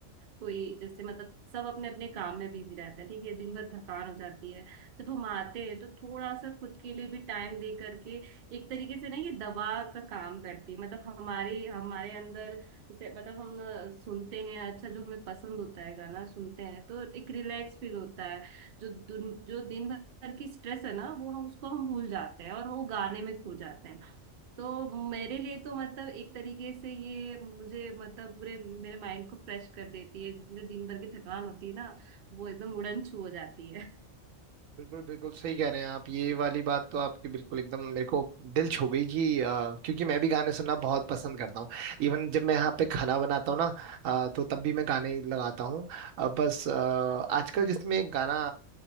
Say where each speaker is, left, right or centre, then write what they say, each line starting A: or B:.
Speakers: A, on the right (about 55°); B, on the right (about 80°).
A: कोई जैसे मतलब सब अपने अपने काम में बिजी रहता है ठीक है दिन भर थकान हो जाती है जब हम आते हैं तो थोड़ा सा खुद के लिए भी टाइम दे करके एक तरीके से ना ये दवा का काम करती है मतलब हमारे हमारे अंदर जैसे मतलब हम अ, सुनते हैं अच्छा जो हमें पसंद होता है गाना सुनते हैं तो एक रिलैक्स फील होता है जो दुन, जो दिन भर की स्ट्रेस है ना वो हम उसको हम भूल जाते हैं और वो गाने में खो जाते हैं तो मेरे लिए तो मतलब एक तरीके से ये मुझे मतलब पूरे मेरे माइंड को फ्रेश कर देती है जितने दिन भर की थकान होती है ना वो एकदम उड़न छू हो जाती है <laughs>
B: बिल्कुल बिल्कुल सही कह रहे हैं आप ये वाली बात तो आपकी बिल्कुल एकदम मेरे को दिल छू गई कि अ, क्योंकि मैं भी गाने सुनना बहुत पसंद करता हूँ इवन जब मैं यहाँ पे खाना बनाता हूँ ना अ, तो तब भी मैं गाने लगाता हूँ अ, बस अ, आजकल जिसमें गाना